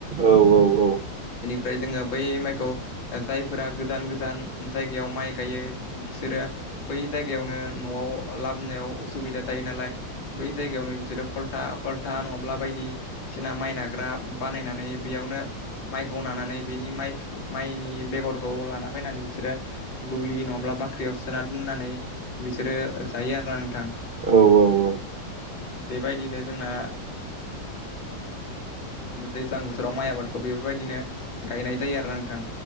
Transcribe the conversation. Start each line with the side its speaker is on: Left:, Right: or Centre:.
Right: औ औ औ
Left: ओमफ्राय जोङो बै माइखौ जायफोरा गोजान गोजान जायगायाव माइ गायो बिसोरो बै जायगायावनो न'आव लाबोनायाव उसुबिदा जायो नालाय बै जायगायावनो बिसोरो कलथा कल्था नङाब्ला बायदिसिना माइ नाग्रा बानायनानै बेयावनो माइखौ नानानै बेनि माय माइनि बेगरखौ लाना फैनानै बिसोर बिसोर दुलि नङाब्ला बाख्रियाव सोना दोननानै बिसोरो जायो आरो ना
Right: औ औ औ
Left: बेबायदिनो जोंना दैज्लां बोथोराव माइ आबादखौ बेफोरबायदिनो गायनाय जायो आरो ना नोंथां